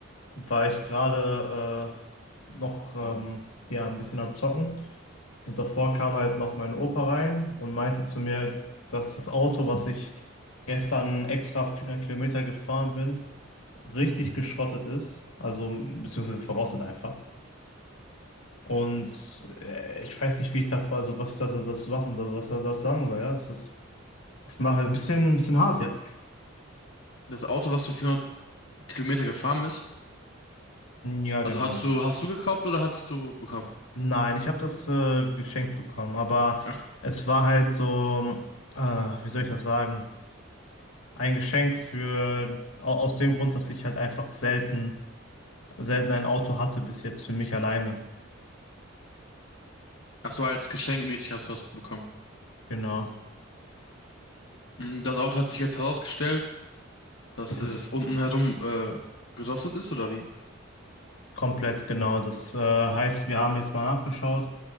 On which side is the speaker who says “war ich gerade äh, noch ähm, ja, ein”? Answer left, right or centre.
Left